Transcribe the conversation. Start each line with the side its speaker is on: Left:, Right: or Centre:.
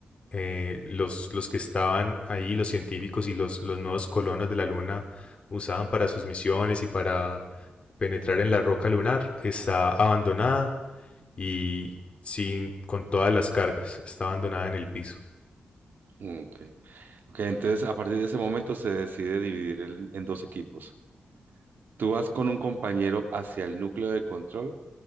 Left: eh, los, los que estaban ahí, los científicos y los, los nuevos colonos de la Luna usaban para sus misiones y para penetrar en la roca lunar, está abandonada y sin, con todas las cargas, está abandonada en el piso.
Right: Ok. Ok, entonces a partir de ese momento se decide dividir el- en dos equipos. Tú vas con un compañero hacia el núcleo de control